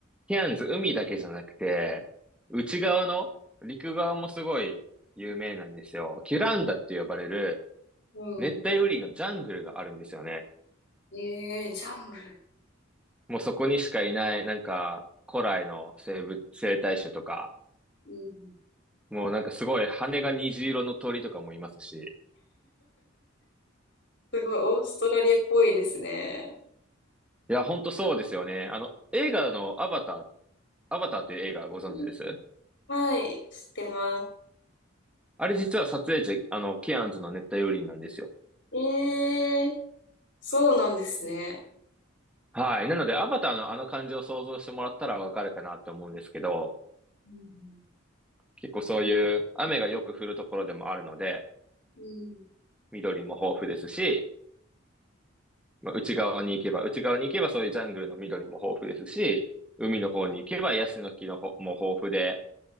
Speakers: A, in the centre; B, on the left.
A: ケアンズ、海だけじゃなくて、内側の陸側もすごい有名なんですよ。キュランダって呼ばれる
B: うん。
A: 熱帯雨林のジャングルがあるんですよね。
B: ええジャングル。
A: もうそこにしかいない、なんか古来の生物、生態種とか、
B: うん。
A: もうなんかすごい羽が虹色の鳥とかもいますし。
B: すごい、オーストラリアっぽいですね。
A: いや、ほんとそうですよね。あの、映画のアバター、アバターっていう映画ご存知です
B: うんはい、知ってま
A: あれ実は撮影地、あの、ケアンズの熱帯雨林なんですよ。
B: す。ええそうなんですね。
A: はい。なので、アバターのあの感じを想像してもらったらわかるかなと思うんですけど、
B: うん。
A: 結構そういう雨がよく降るところでもあるので、
B: うん
A: 緑も豊富ですし、まあ、内側に行けば、内側に行けばそういうジャングルの緑も豊富ですし、海の方に行けばヤシの木のほも豊富で、